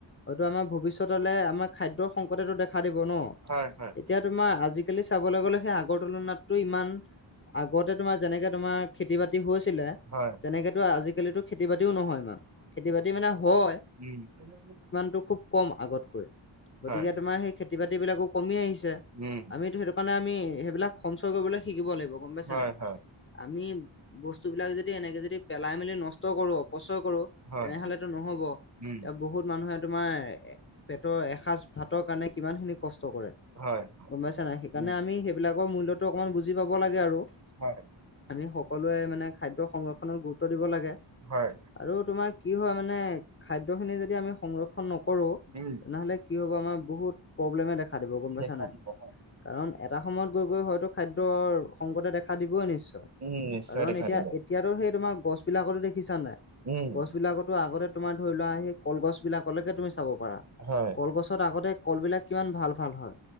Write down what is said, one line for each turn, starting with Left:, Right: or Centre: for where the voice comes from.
Left: হয়তটো আমাৰ ভৱিষ্যতলে আমাৰ খাদ্যৰ সংকতেটো দেখা দিব ন'।
Right: হয় হয়
Left: এতিয়া তোমাৰ আজিকালি চাবলে গলে সেই আগৰ তুলনাতটো ইমান আগতে তোমাৰ যেনেকে তোমাৰ খেতি বাতি হৈছিলে
Right: হয়
Left: তেনেকেতো আজিকালিতো খেতি বাতিও নহয় ইমান, খেতি বাতি মানে হয়।
Right: উম, <unintelligible>
Left: তো খুব কম আগতকৈ, গতিকে
Right: হয়
Left: তোমাৰ সেই খেতি বাতি বিলাকো কমি আহিছে,
Right: উম
Left: আমিতো সেইটো কাৰণে আমি সেইবিলাক সঞ্চয় কৰিবলৈ শিকিব লাগিব, গম পাইছা
Right: হয়
Left: নাই?
Right: হয়
Left: আমি বস্তু বিলাক যদি এনেকে যদি পেলাই মেলি নষ্ট কৰোঁ, অপচয় কৰোঁ।
Right: হয়
Left: তেনেহলেতো নহব।
Right: উম
Left: বহুত মানুহে তোমাৰ পেটৰ এসাঁজ ভাতৰ কাৰণে কিমানখিনি কষ্ট কৰে।
Right: হয়
Left: গম পাইছা নাই, সেইকাৰণে
Right: উম
Left: আমি সেইবিলাকৰ মূল্যটো অকনমান বুজি পাব লাগে আৰু।
Right: হয়।
Left: আমি সকলোৱে মানে খাদ্য সংৰক্ষণৰ গুৰুত্ব গুৰুত্ব দিব লাগে,
Right: হয়
Left: আৰু তোমাৰ কি হয় মানে খাদ্য খিনি যদি আমি সংৰক্ষন নকৰোঁ,
Right: উম
Left: তেনেহলে কি হ'ব, আমাৰ বহুত প্ৰব্লেম দেখা দিব, গম পাইছা
Right: দেখা
Left: নাই?
Right: দিব হয়
Left: কাৰণ এটা সময়ত গৈ-গৈ হয়তো খাদ্যৰ সংকটে দেখা দিবই নিশ্চয়।
Right: উম নিশ্চয়
Left: কাৰণ
Right: দেখা
Left: এতিয়া,
Right: দিব
Left: এতিয়াতো সেই তোমাৰ গছ বিলাকতো দেখিছা নাই,
Right: উম
Left: গছ বিলাকতো আগতে তোমাৰ ধৰি লোৱা সেই কল গছ বিলাকলেকে তুমি চাব পাৰা,
Right: হয়
Left: কল গছ আগতে কল বিলাক কি ভাল-ভাল হয়,